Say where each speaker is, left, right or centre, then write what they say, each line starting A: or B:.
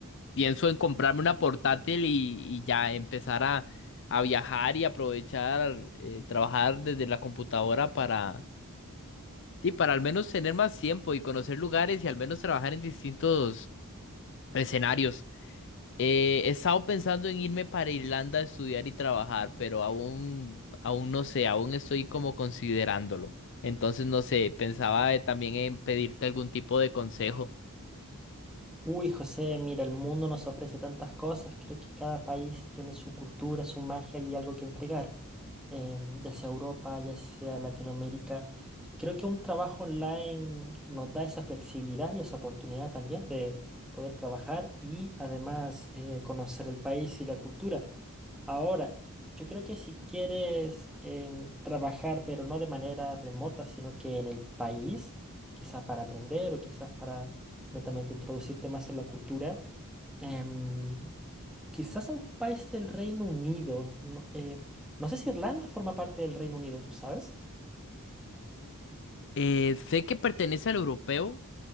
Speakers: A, on the left; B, in the centre.
A: pienso en comprarme una portátil y, y ya empezar a, a viajar y aprovechar, eh, trabajar desde la computadora para, sí, para al menos tener más tiempo y conocer lugares y al menos trabajar en distintos escenarios. Eh, he estado pensando en irme para Irlanda a estudiar y trabajar, pero aún, aún no sé, aún estoy como considerándolo. Entonces, no sé, pensaba eh, también en pedirte algún tipo de consejo.
B: Uy, José, mira, el mundo nos ofrece tantas cosas. Creo que cada país tiene su cultura, su magia y algo que entregar em, ya sea Europa, ya sea Latinoamérica. Y creo que un trabajo online nos da esa flexibilidad y esa oportunidad también de poder trabajar y además eh, conocer el país y la cultura. Ahora, yo creo que si quieres em, trabajar, pero no de manera remota, sino que en el país, quizás para aprender o quizás para netamente introducirte más en la cultura, em, Quizás algún país del Reino Unido. no- eh, no sé si Irlanda forma parte del Reino Unido, ¿tú sabes?
A: Eh, sé que pertenece al europeo.